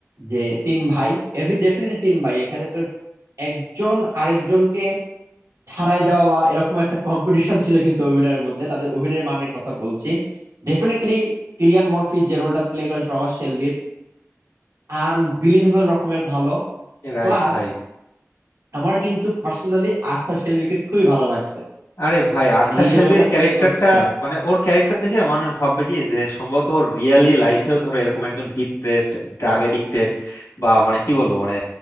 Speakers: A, on the right; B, on the left.
A: যে তিন ভাই এভি ডেফিনেটলি তিন ভাই এখানে তো একজন আরেকজনকে ছাড়াই যাওয়া এরকম একটা কম্পিটিশন ছিল কিন্তু অভিনয়ের মধ্যে তাদের অভিনয়ের মানের কথা বলছি ডেফিনেটলি কিলিয়ান মর্ফি যে রোলটা প্লে করেছে টমাস শেলবির আনবিলিভেবল রকমের ভালো
B: রাইট
A: প্লাস
B: ভাই
A: আমার কিন্তু পার্সোনালি আর্থার শেলবিকে খুবই ভালো লাগছে
B: আরে ভাই আর্থার
A: উনি যে
B: শেলবির
A: রোলটা
B: ক্যারেক্টারটা
A: প্লে করছেন
B: মানে ওর ক্যারেক্টার দেখে মানুষ ভাববে কি যে সম্ভবত ওর রিয়েলি লাইফেও ধরো এরকম একজন ডিপ্রেসড ড্রাগ এডিক্টেড বা মানে কি বলবো মানে